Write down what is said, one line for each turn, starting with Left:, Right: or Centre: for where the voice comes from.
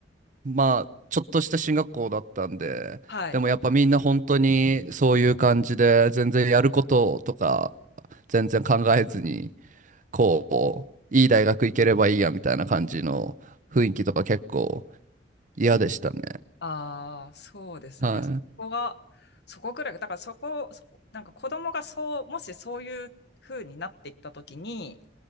Right: まあ、ちょっとした進学校だったんで、
Left: はい。
Right: でもやっぱみんな本当にそういう感じで、全然やることとか、全然考えずに、こう、いい大学行ければいいやみたいな感じの雰囲気とか結構嫌でしたね。
Left: ああ、そうですね。
Right: は
Left: そこが、そこぐらい、だからそこ、そなんか子供がそう、もしそういう風になっていったときに、